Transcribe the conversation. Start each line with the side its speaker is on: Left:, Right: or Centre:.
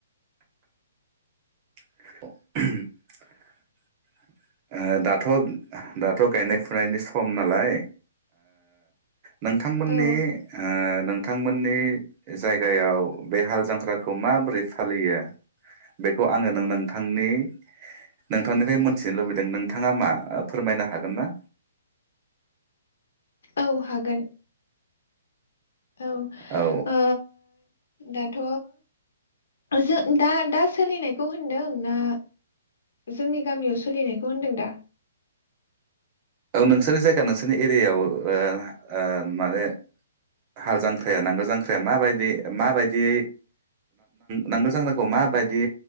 Right: <unintelligible> दाथ' दाथ' गायनाय फुनायनि सम नालाय नोंथांमोननि
Left: औ
Right: नोंथांमोननि जायगायाव बे हाल जांख्राखौ माबोरै फालियो बेखौ आङो नोंथांनि नोंथांनिफ्राय मिथिनो लुबैदों नोंथाङा मा फोरमायनो हागोन ना?
Left: औ हागोन औ
Right: औ
Left: ओ दाथ' जों दा दा सोलिनायखौ होनदों ना जोंनि गामियाव सोलिनायखौ होनदों दा
Right: औ नोंसोरनि जायगा नोंसोरनि एरियायाव ओ ओ माने हाल जांख्राया नांगोल जांख्राया माबायदि माबायदि नांगोल जांख्राखौ माबायदि